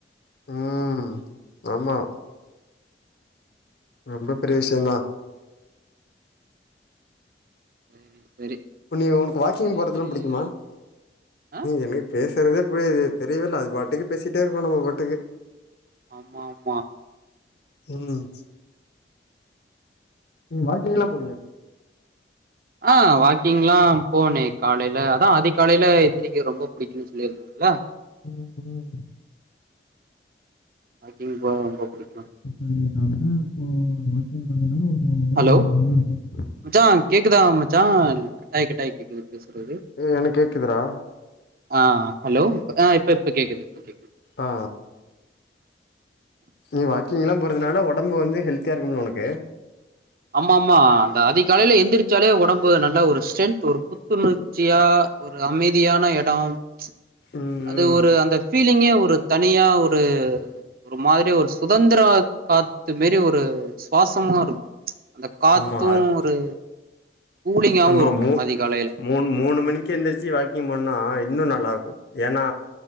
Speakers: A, on the left; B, on the right.
A: ம் ஆமா ரொம்ப பெரிய விஷயந்தா
B: ம்
A: நீ உனக்கு வாக்கிங் போறதுல்லா புடிக்குமா
B: ஆ
A: என்னிய பேஸ் தெரிது புரியாது தெரியல அது பாட்டுக்கு பேசிட்டே இருக்கோ நம்ம பாட்டுக்கு
B: ஆமா ஆமா
A: ம் நீ வாக்கிங் எல்லா போவியா
B: ஆ வாக்கிங்ல்லா போனே காலையில அதா அதிகாலையில எந்திரக்க ரொம்போ புடிக்குன்னு சொல்லிருந்தாங்களா
A: ம் ம்
B: வாக்கீங் போவ ரொம்ப புடிக்
A: <unintelligible> <unintelligible>
B: அலோ
A: உனக்கு ஒடம்பு ஆரோக்கியமா இருக்கு
B: மச்சா கேக்குதா மச்சான் கட்டாய் கட்டாய் கேக்குது பேசுறது
A: ஏ எனக்கு கேக்குதுடா
B: ஆ அலோ இப்ப அ இப்ப இப்ப கேக்குது இப்ப கேக்குது
A: ஆ நீ வாக்கிங்ல்லா போறதுனால ஒடம்பு வந்து ஹெல்தியா இருக்கும்ல உனக்கு
B: ஆமா ஆமா அந்த அதிகாலையில எந்திரிச்சாலே ஒடம்பு நல்ல ஒரு ஸ்ட்ரென்த் வரு புத்துணர்ச்சியா ஒரு அமைதியான எடோம் ம்ச்
A: ம்
B: அது
A: ம்
B: ஒரு அந்த பீலிங்கே ஒரு தனியா ஒர் ஒரு ஒரு மாதிரி ஒரு சுதந்துர காத்து மேரி ஒரு சுவாசமா இருக்கு ம்ச் அந்த காத்து
A: ஆமா அ-
B: ஒரு கூலிங்காவு
A: ஆமா
B: இருக்கு
A: மூ
B: அதிகாலையில
A: மூண் மூணு மணிக்கு எந்துருச்சு வாக்கிங் போன்னா இன்னு நா நல்லா இருக்கு ஏன்னா